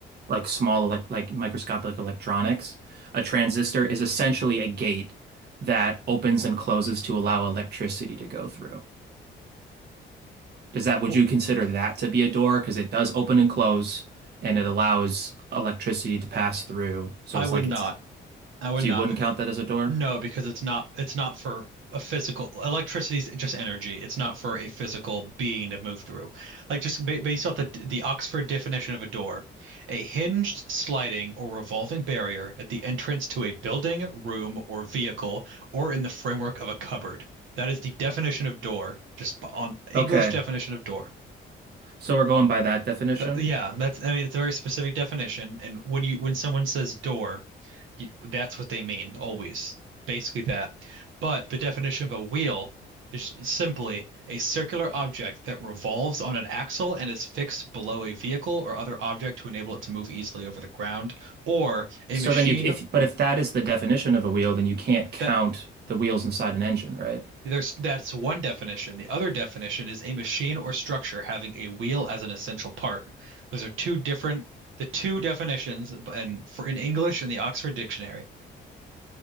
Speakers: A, on the right; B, on the right.
A: like small elect like microscopic electronics. A transistor is essentially a gate that opens and closes to allow electricity to go through. Does that, would
B: Well,
A: you consider that to be a door? Because it does open and close and it allows electricity to pass through. So
B: I
A: it's
B: would
A: like
B: not.
A: it's,
B: I would
A: so
B: not
A: you wouldn't
B: because.
A: count that as a door?
B: No, because it's not it's not for a physical electricity is just energy. It's not for a physical being to move through. Like just ba based off the the Oxford definition of a door, a hinged, sliding, or revolving barrier at the entrance to a building, room, or vehicle, or in the framework of a cupboard. That is the definition of door, just b- on English
A: Okay.
B: definition of door.
A: So we're going by that definition.
B: Th- yeah, that's I mean it's a very specific definition. And when you when someone says door, that's what they mean, always. Basically that. But the definition of a wheel is simply a circular object that revolves on an axle and is fixed below a vehicle or other object to enable it to move easily over the ground, or a
A: So
B: machine
A: then you, if, but if that is the definition of a wheel, then you can't count
B: that
A: the wheels inside an engine, right?
B: there's that's one definition. The other definition is a machine or structure having a wheel as an essential part. Those are two different the two definitions, and for in English in the Oxford Dictionary.